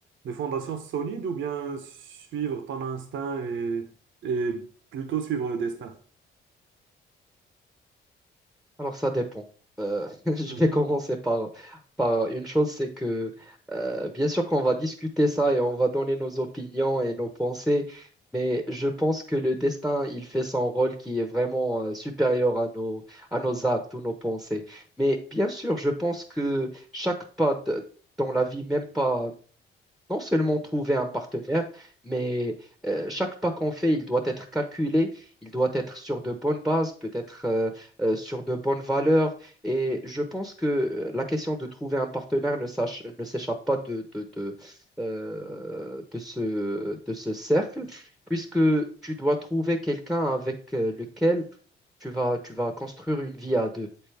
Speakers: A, on the right; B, in the centre.
A: des fondations solides ou bien suivre ton instinct et, et plutôt suivre le destin?
B: Alors ça dépend. Euh, <laughs> je
A: Mhm.
B: vais commencer par, par une chose, c'est que euh, bien sûr qu'on va discuter ça et on va donner nos opinions et nos pensées, mais je pense que le destin, il fait son rôle qui est vraiment euh, supérieur à nos, à nos actes ou nos pensées. Mais bien sûr, je pense que chaque pas de- dans la vie, même pas non seulement trouver un partenaire, mais euh, chaque pas qu'on fait, il doit être calculé, il doit être sur de bonnes bases, peut-être euh, euh, sur de bonnes valeurs. Et je pense que euh, la question de trouver un partenaire ne s'ach- ne s'échappe pas de, de, de, euh, de ce, de ce cercle, puisque tu dois trouver quelqu'un avec euh, lequel tu vas, tu vas construire une vie à deux.